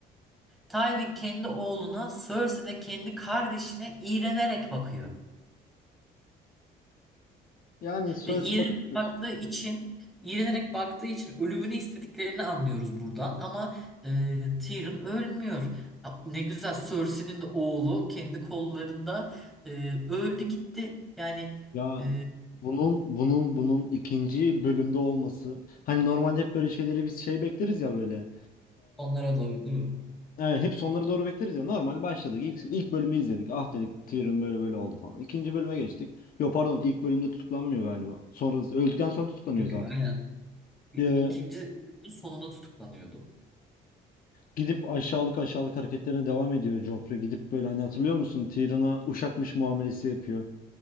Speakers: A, in the centre; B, on the left.
A: Tywin kendi oğluna, Cersei de kendi kardeşine iğrenerek bakıyor.
B: Yani Cersei
A: Ve iğrenerek
B: bakabilir.
A: baktığı için iğrenerek baktığı için ölümünü istediklerini anlıyoruz buradan ama e, Tyrion ölmüyor. A- Ne güzel Cersei'nin de oğlu kendi kollarında e, öldü gitti. Yani
B: Ya
A: e,
B: bunun bunun bunun ikinci bölümde olması. Hani normalde hep böyle şeyleri biz şey bekleriz ya böyle.
A: onlara doğru değil mi?
B: Evet, hep sonları doğru bekleriz ya. Normal başladık. İlk, ilk bölümü izledik. Ah dedik Tyrion böyle böyle oldu falan. İkinci bölüme geçtik. Yo pardon ilk bölümde tutuklanmıyor galiba. Sonra öldükten sonra tutuklanıyor
A: Yok
B: zaten.
A: yok aynen. İ-
B: Ee,
A: İkinci sonunda tutuklanıyordu.
B: gidip aşağılık aşağılık hareketlerine devam ediyor Joffrey. Gidip böyle hani hatırlıyor musun? Tyrion'a uşakmış muamelesi yapıyor.